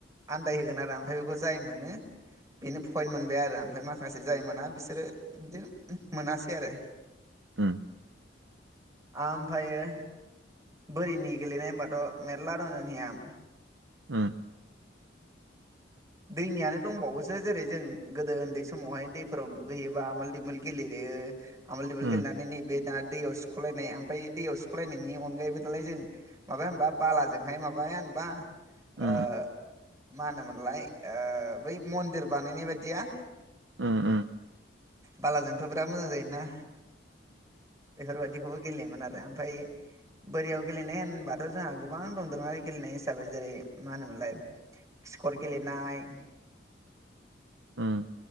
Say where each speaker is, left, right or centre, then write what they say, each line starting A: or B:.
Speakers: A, on the right (about 20°); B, on the right (about 85°).
A: आन्दायहोगोन आरो आ <unintelligible> जाय मोनो बेनो फइन्ट मोनबाय आरो ओमफाय माखासे जाय मोना बिसोरो बिदिनो मोनासै आरो
B: उम
A: आमफायो बोरिनि गेलेनाय होमबाथ' मेरला दं जोंनिया
B: उम
A: दैनियानो दंबावोसो जेरै जों गोदो ओन्दै समावहाय दैफोराव दुगैयोबा आमोल दिमोल गेलेयो आमोल दिमोल
B: उम
A: गेलेनानै नैबे दा दैआव सिख'लायनाय ओमफाय दैयाव <unintelligible> ख'लाय नोंनि अनगायैबो दालाय जों माबाया होमबा बालाजोंहाय माबाया होमबा
B: उम
A: ओ मा होनोमोनलाय ओ बै मन्दिर बानायनाय बायदिया
B: उम उम
A: बालाजोंथ' बिराद मोजां जायोना एफोर बायदि खौबो गेलेयोमोन आरो ओमफाय बोरियाव गेलेनाय होनबाथ' जोंहा गोबां दं दोरोङारि गेलेनाय हिसाबै जेरै मा होनोमोनलाय खिखर गेलेनाय
B: उम